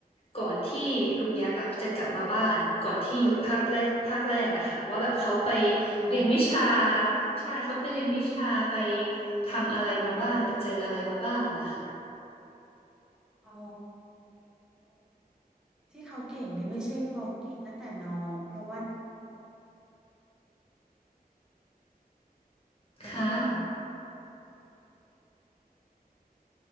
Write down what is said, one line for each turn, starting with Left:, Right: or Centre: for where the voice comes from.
Left: ก่อนที่ลุงยักษ์อ่ะจะกลับมาบ้านก่อนที่หยดภาคแรกภาคแรกอะค่ะว่าแบบเขาไป
Centre: อ๋อ
Left: เรียนวิชาใช่เขาไปเรียนวิชาไปทำอะไรมาบ้างไปเจออะไรมาบ้างนะคะ
Centre: อ๋อที่เขาเก่งนี่ไม่ใช่เพราะเขาเก่งตั้งแต่น้องเพราะว่า เขาจะกลับมา
Left: ค่ะ